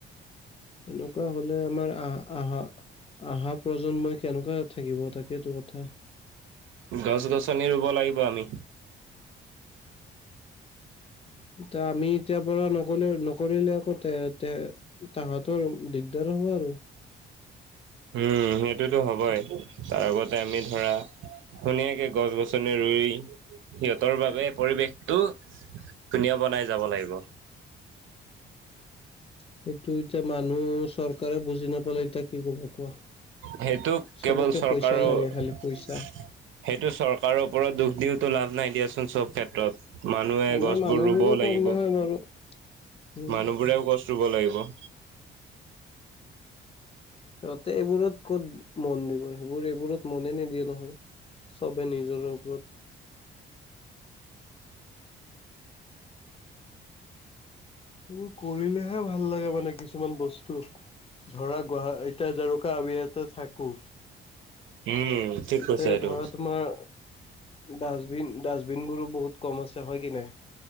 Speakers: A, on the left; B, on the right.
A: এনেকুৱা হলে আমাৰ আহ আহা। অহা প্ৰজন্মই কেনেকুৱা থাকিব তাকেটো কথা।
B: গছ গছনি ৰুব লাগিব আমি।
A: ইতা আমি এতিয়াৰ পৰা নকলে নকৰিলে আকৌ তে তে তাহত তৰ দিগদাৰ হ'ব আৰু।
B: উম সেইটোতো হবই তাৰ আগতে আমি ধৰা ধুনীয়াকে গছ-গছনি ৰু ৰুই সিহঁতৰ বাবে পৰিৱেশটো ধুনীয়া বনাই যাব লাগিব।
A: <inaudible> সেইটো এতিয়া মানুহ চৰকাৰে বুজি নাপালে এতিয়া কি ক'বা কোৱা?
B: সেইটো
A: চবকে
B: কেৱল চৰকাৰৰ
A: পইচাই লাগে খালি পইচা
B: সেইটো চৰকাৰৰ ওৰত দুখ দিওতো লাভ নাই দিয়াচোন চব ক্ষেত্ৰত। মানুহে
A: আমাৰ
B: গছবোৰ
A: মানুহবোৰো
B: ৰুব
A: কম
B: লাগিব।
A: নহয় বাৰু উম
B: মানুহবোৰেও গছ ৰুব লাগিব। <inaudible>
A: ৰতে এইবোৰত ক'ত মন দিব, সেইবোৰ এইবোৰত মনে নিদিয়ে নহয়, চবে নিজৰ ওপৰত এইবোৰ কৰিলেহে ভাল লাগে মানে কিছুমান বস্তু। ধৰা গুৱা এতিয়া জৰকা, আমি ইয়াতে থাকো।
B: উম, ঠিক
A: এতিয়া
B: কৈছা এইটো।
A: ধৰা, তোমাৰ ডাষ্টবিন ডাষ্টবিনবোৰো বহুত কম আছে হয় কি নাই।